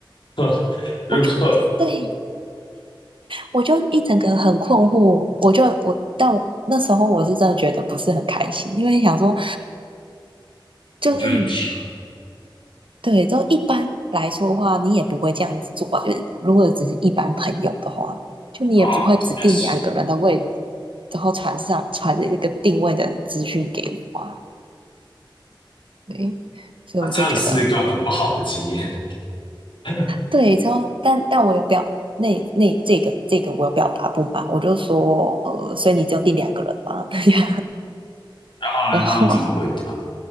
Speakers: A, on the left; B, on the right.
A: <laughs>
B: <laughs>
A: 如果
B: 我就对，我就一整个很困惑。我就我，但我那时候我是真的觉得不是很开心，因为想说，就是
A: 就很吃
B: 对，都一般来说的话，你也不会这样子做吧？就是如果只是一般朋友的话，就你也不会指定两个人的位置，
A: 的话确实，
B: 然后传上传一个定位的资讯给我啊。对，所以我就觉得
A: 那真的是一个很不好的经验。<laughs> 然
B: 对，之后但但我有表那那这个这个我有表达不满，我就说呃，所以你就有订两个人吗？<laughs> 这样，
A: 后呢，
B: 然后
A: 他们怎么回答？